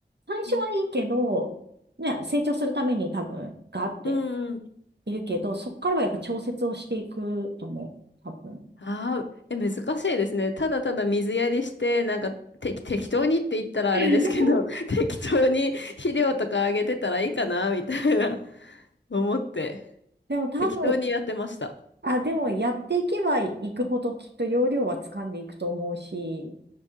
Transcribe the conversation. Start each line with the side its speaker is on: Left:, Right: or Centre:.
Right: 最初はいいけど、
Left: うん
Right: ね、成長するために多分、ガーって
Left: うんうん。
Right: いるけど、そこからはやっぱ調節をしていくと思う。多分。
Left: ああ、え、難しいですね。ただただ水やりして、なんかて適当にって言ったらあれですけど、
Right: <laughs>
Left: <laughs> 適当に肥料とかあげてたらいいかな、みたいな思って、
Right: でも多分、
Left: 適当にやってました。
Right: あ、でもやっていけばいくほどきっと要領は掴んでいくと思うし、